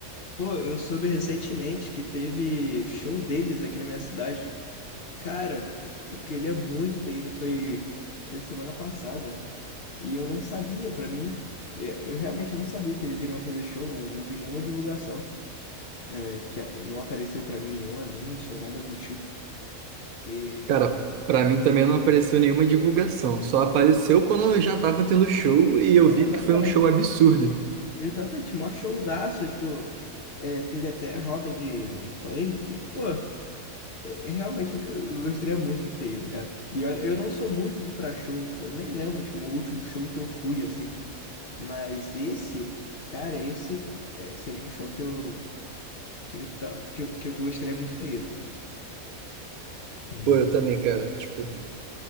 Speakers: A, on the left (about 50°); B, on the right (about 80°).
A: Pô, eu soube recentemente que teve show deles aqui na minha cidade. Cara, eu queria muito ter ido, foi, foi semana passada. E eu não sabia, pra mim, é, eu realmente não sabia que eles iriam fazer show, não, não vi nenhuma divulgação, é, que ap- não apareceu pra mim nenhum anúncio, nada do tipo. E,
B: Cara, para mim também não apareceu nenhuma divulgação, só apareceu quando eu já tava tendo show e eu
A: é,
B: vi
A: exatamente,
B: que foi um show absurdo.
A: exatamente, mó showzaço, tipo, é, teve até roda de, de punk. Pô, é, é, realmente eu, eu gostaria muito de ter ido, cara. E olha, eu não sou muito de ir pra show, tipo, eu nem lembro, tipo, o último show que eu fui, assim. Mas esse, cara, esse é, seria um show que eu, que eu, ta- que eu, que eu gostaria muito de ter ido. Uhum.
B: Pô, eu também, cara. Tipo,